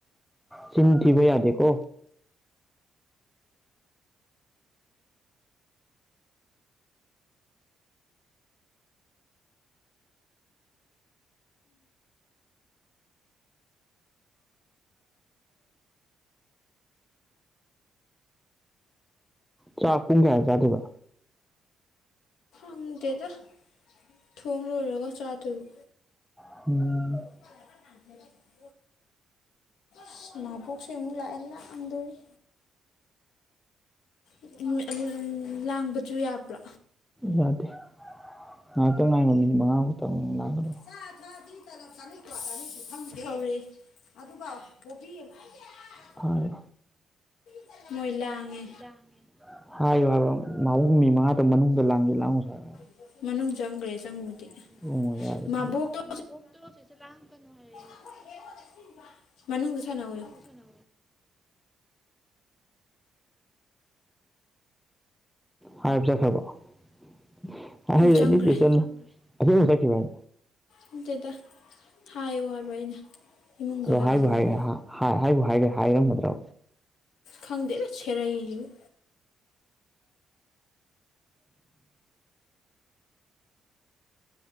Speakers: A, in the centre; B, on the left.
A: ꯆꯤꯟ ꯊꯤꯕ ꯌꯥꯗꯦꯀꯣ ꯆꯥꯛ ꯄꯨꯡ ꯀꯌꯥ ꯆꯥꯗꯣꯏꯕ
B: ꯈꯪꯗꯦꯗ ꯊꯣꯡ ꯂꯣꯏꯔꯒ ꯆꯥꯗꯣꯏꯕ
A: <unintelligible>
B: <unintelligible> <unintelligible> ꯃꯕꯨꯣꯛꯁꯦ ꯑꯃꯨꯛ ꯂꯥꯛꯑꯦ ꯂꯥꯡꯗꯣꯔꯤ <unintelligible> ꯂꯥꯡꯕꯖꯨ ꯌꯥꯕ꯭ꯔꯣ
A: ꯌꯥꯗꯦ <unintelligible> ꯉꯥꯍꯥꯛꯇꯪ <unintelligible> ꯃꯤꯅꯤꯠ ꯃꯉꯥꯃꯨꯛꯇꯪ ꯂꯥꯡꯉꯗꯤ
B: ꯆꯥ ꯊꯛꯑꯗꯤ ꯇꯂꯞ ꯆꯥꯅꯤ ꯀ꯭ꯋꯥ ꯆꯥꯅꯤ ꯈꯪꯗꯦ ꯍꯧꯔꯛꯑꯦ ꯑꯗꯨꯒ ꯄꯣꯄꯤ <unintelligible>
A: ꯍꯥꯏ
B: <unintelligible> ꯃꯣꯏ ꯂꯥꯡꯉꯦ
A: ꯂꯥꯡꯉꯦ ꯍꯥꯏꯌꯨ ꯍꯥꯏꯕ <unintelligible> ꯃꯥꯕꯣꯛ ꯃꯤ ꯃꯉꯥꯇ ꯃꯅꯨꯡꯗ ꯂꯥꯡꯒꯦ ꯂꯥꯡꯉꯨ ꯁꯣ <unintelligible>
B: <unintelligible> ꯃꯅꯨꯡ ꯆꯪꯒ꯭ꯔꯦ ꯆꯪꯕꯨꯗꯤ
A: ꯎꯝ ꯉꯣ ꯌꯥꯔꯦ
B: ꯃꯥꯕꯣꯛꯇꯣ
A: ꯗꯨꯗꯤ ꯃꯣꯕꯣꯛꯇꯣ ꯆꯦꯆꯦ ꯂꯥꯡꯀꯅꯣ ꯍꯥꯏ
B: ꯑꯈꯣꯏ ꯍꯦꯔꯣꯅ ꯁꯤꯟꯕ ꯃꯅꯨꯡꯗ ꯁꯥꯟꯅꯧ ꯑꯌꯨ
A: ꯁꯥꯟꯅꯧ ꯑꯌꯨ <unintelligible> <unintelligible> ꯍꯥꯏꯕ ꯆꯠꯈ꯭ꯔꯕꯣ <unintelligible>
B: ꯆꯪꯈ꯭ꯔꯦ
A: ꯆꯦꯆꯦ ꯅ ꯆꯪꯒ꯭ꯔꯦ ꯑꯁꯦꯡꯕ ꯆꯠꯈ꯭ꯔꯤꯕ ꯍꯥꯏ
B: ꯅꯠꯇꯦꯗ ꯍꯥꯏꯌꯣ ꯍꯥꯏꯕ ꯑꯩꯅ ꯏꯃꯨꯡꯗ
A: ꯑꯗꯣ
B: ꯂꯥꯡꯉꯣꯅ
A: ꯍꯥꯏꯕꯨ ꯍꯥꯏ ꯍꯥ ꯍꯥ ꯍꯥꯏꯕꯨ ꯍꯥꯏꯒ꯭ꯔꯦ ꯍꯥꯏꯔꯝꯒꯗ꯭ꯔꯣ
B: ꯈꯪꯗꯦꯗ ꯁꯦꯔꯩꯖꯤꯕꯨ